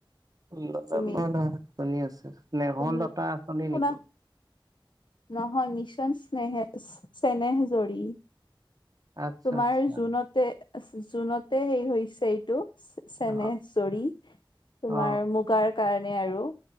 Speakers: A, on the right (about 45°); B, on the left (about 60°).
A: নাজানো
B: তুমি
A: ন নহয় শুনি আছোঁ। মেহল
B: তুমি
A: লতা আঁচনি
B: শুনা
A: নেকি?
B: নহয় মিছন স্নেহে চ্নেহ জৰী।
A: আচ্ছা
B: তোমাৰ
A: আচ্ছা
B: জুনতে জুনতে হেৰি হৈছে এইটো। চেনেহ
A: অ
B: চৰি তোমাৰ
A: অ
B: মুগাৰ কাৰণে আৰু